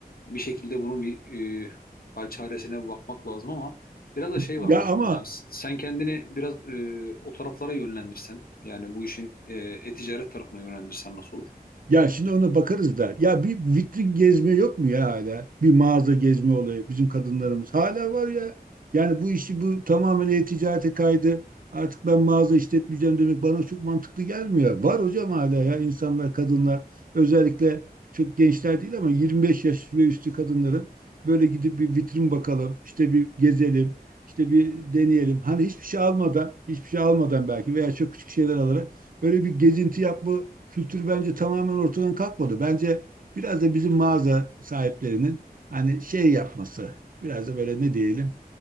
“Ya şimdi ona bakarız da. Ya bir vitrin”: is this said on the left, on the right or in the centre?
Right